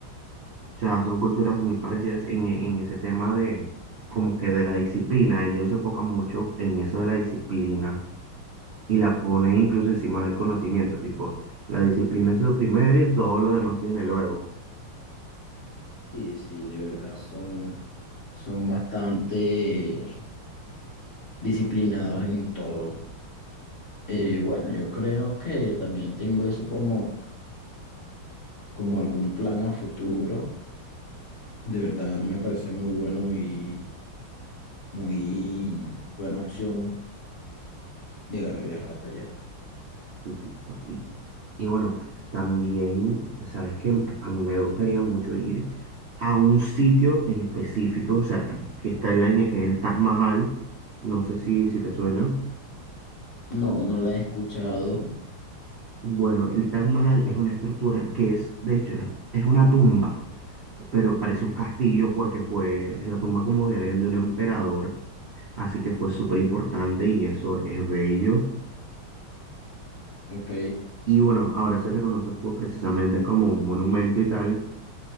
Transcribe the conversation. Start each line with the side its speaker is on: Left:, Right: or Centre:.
Right: O sea, son culturas muy parecidas en, en ese tema de como que de la disciplina. Ellos se enfocan mucho en eso de la disciplina y la ponen incluso encima del conocimiento. Tipo, la disciplina es lo primero y todo lo demás viene luego.
Left: Sí, sí, de verdad, son, son bastante disciplinados en todo. Eh, bueno, yo creo que también tengo eso como, como algún plan a futuro. De verdad, me parece muy bueno, muy, muy buena opción llegar a viajar hasta allá.
Right: Y, y- y bueno, también, sabes que a mí me gustaría mucho ir a un sitio en específico, o sea, que está en la línea que es el Taj Mahal. No sé si, si te suena.
Left: No, no la he escuchado.
Right: Bueno, el Taj Mahal es una estructura que es, de hecho, es es una tumba, pero parece un castillo porque fue, es la tumba como de alguien, de un emperador, así que fue súper importante y eso es bello.
Left: Ok,
Right: Y bueno, ahora se reconoce pues, precisamente como un monumento y tal,